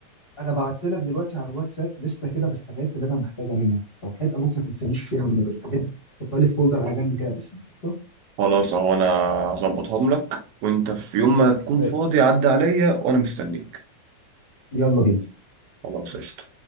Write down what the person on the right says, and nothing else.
خلاص اهو انا هظبطهم لك وانت في يوم ما تكون
فاضي
عدى عليا وانا مستنيك
خلاص قشطة